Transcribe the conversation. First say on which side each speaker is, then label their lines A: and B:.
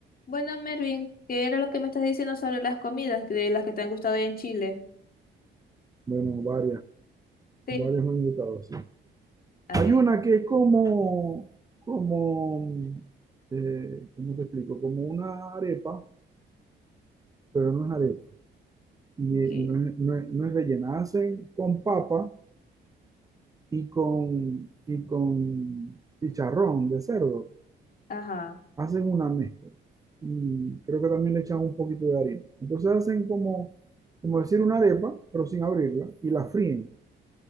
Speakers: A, on the left; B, on the right.
A: Bueno, Mervin, ¿qué era lo que me estás diciendo sobre las comidas que- de las que te han gustado allá en Chile?
B: Bueno, varias,
A: Sí,
B: varias me han gustado, sí.
A: a
B: Hay
A: ver,
B: una que es como, como, eh, ¿cómo te explico? Como una arepa, pero no es arepa. Y,
A: ok,
B: eh, y no es, no es- no es rellena. Hacen con papa y con, y con chicharrón de cerdo.
A: Ajá.
B: Hacen una mezcla. Y creo que también le echan un poquito de harina. Entonces hacen como, como decir una arepa, pero sin abrirla, y la fríen.